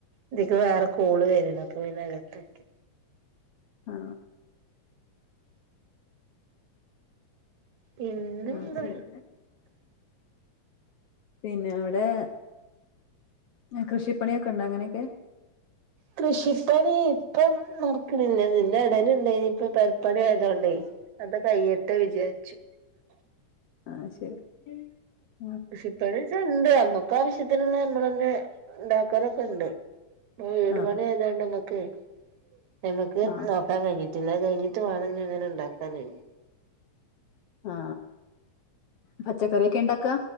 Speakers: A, on the right; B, on the left.
A: ഇതുക്കെ വേറെ കോൾ വരണ് അപ്പൊ ഇതിനകത്തേക്ക്
B: ആ
A: പിന്നെന്താ
B: ആ ശരി പിന്നെ അവിടെ ഏ കൃഷിപ്പണിയൊക്കെ ഉണ്ടോ അങ്ങനെയൊക്കെ
A: കൃഷിപ്പണി ഇപ്പം നോക്കണില്ല ഇതിന്റെടെല് ഉണ്ടെനി ഇപ്പ പെരപ്പണി ആയോണ്ടേ അത് കയ്യട്ടേ വിചാരിച്ചു
B: ആ ശരി ഉം
A: പക്ഷെ ഇപ്പഴ്വെച്ച എന്ത് നമ്മക്ക് ആവശ്യത്തിനുള്ള നമ്മൾ തന്നെ ഒണ്ടാക്കലൊക്കെ ഒണ്ട് ഈ വീട്‌പണി
B: ആ
A: ആയതോണ്ട് നമ്മക്ക് നമ്മക്ക്
B: ആ
A: നോക്കാൻ കയിഞ്ഞിട്ടില്ല കയിഞ്ഞിട്ട് വേണം ഇങ്ങനെ ഉണ്ടാക്കാനായിട്ട്
B: ആ പച്ചക്കറിയോക്കെ ഇണ്ടാക്കാ